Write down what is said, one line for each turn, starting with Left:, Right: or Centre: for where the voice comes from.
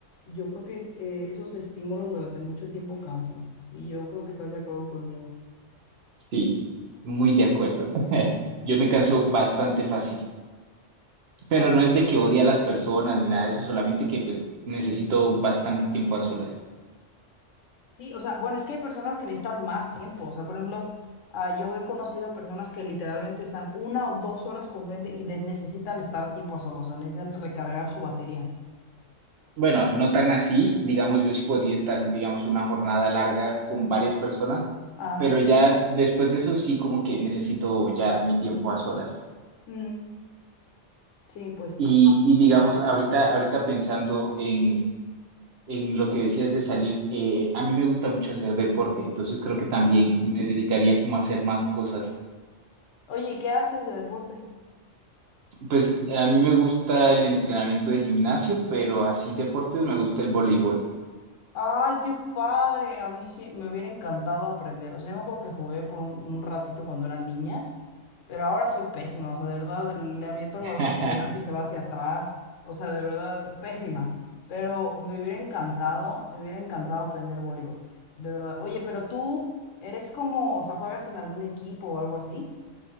Left: yo creo que eh, esos estímulos durante mucho tiempo cansan y yo creo que estás de acuerdo conmigo.
Right: sí, muy de acuerdo. <laughs> Yo me canso bastante fácil, pero
Left: no
Right: no es de que odie a las personas ni nada de eso, solamente que pues, necesito bastante tiempo a solas.
Left: Sí, o sea, bueno, es que hay personas que necesitan más tiempo. O sea, por ejemplo, ah, yo he conocido a personas que literalmente están una o dos horas con gente y de- necesitan estar tiempo a solas, o necesitan recargar su batería.
Right: Bueno, no tan así, digamos, yo sí podría estar, digamos, una jornada larga con varias personas,
Left: Ah,
Right: pero ya después de eso sí como que necesito ya mi tiempo a solas.
Left: mm, sí, pues sí.
Right: Y,
Left: No,
Right: y digamos,
Left: ajá.
Right: ahorita, ahorita pensando en, en lo que decías de salir, eh, a mí me gusta mucho hacer deporte, entonces creo que también
Left: Mm.
Right: me dedicaría como a hacer más cosas.
Left: Oye, ¿y qué haces de deporte?
Right: Pues a mí me gusta el entrenamiento de gimnasio, pero así deportes me gusta el voleibol.
Left: Ay, qué padre. A mí sí me hubiera encantado aprender. O sea, yo me acuerdo que jugué por un, un ratito cuando era niña, pero ahora soy pésima. O sea, de verdad le aviento el
Right: <laughs>
Left: balón hacia adelante y se va hacia atrás. O sea, de verdad pésima. Pero me hubiera encantado, me hubiera encantado aprender voleibol. De verdad. Oye, pero tú eres como, o sea, juegas en algún equipo o algo así.